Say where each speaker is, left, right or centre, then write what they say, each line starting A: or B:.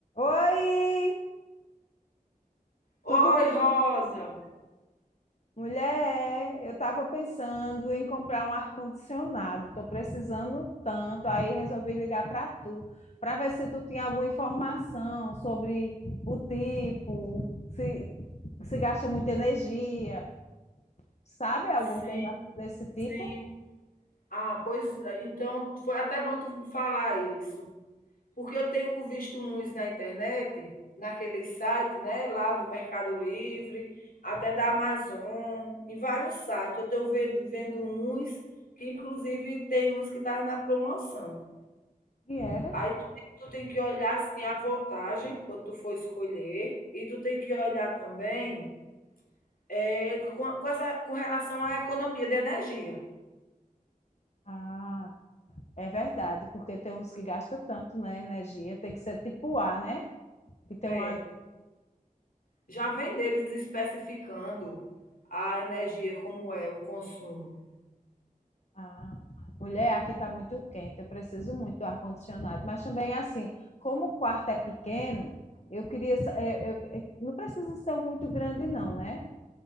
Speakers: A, on the left; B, on the left.
A: Oi,
B: Oi,
A: tudo bem?
B: Rosa.
A: Mulher, eu estava pensando em comprar um ar-condicionado. Estou precisando tanto, aí resolvi ligar para tu, para ver se tu tinha alguma informação sobre o tipo, se, se gasta muita energia, sabe alguma
B: Sim,
A: coisa desse tipo?
B: sim. Ah, pois eh, então foi até bom tu falar isso, porque eu tenho visto uns na internet, naquele site, né, lá do Mercado Livre, até da Amazon, em vários sites. Eu tenho vendo vendo uns que inclusive tem uns que estavam na promoção.
A: E era?
B: Aí tu tem tu tem que olhar, assim, a voltagem quando tu for escolher e tu tem que olhar também, eh, com com essa com relação à economia de energia.
A: Ah, é verdade, porque tem uns que gastam tanto, né, energia, tem que ser tipo A, né? Que tem
B: É,
A: um ar.
B: já vem deles especificando a energia, como é o consumo.
A: Ah, mulher, aqui está muito quente, eu preciso muito do ar-condicionado. Mas também, assim, como o quarto é pequeno, eu queria. sa- Eu, eu- eu- não precisa ser um muito grande, não, né?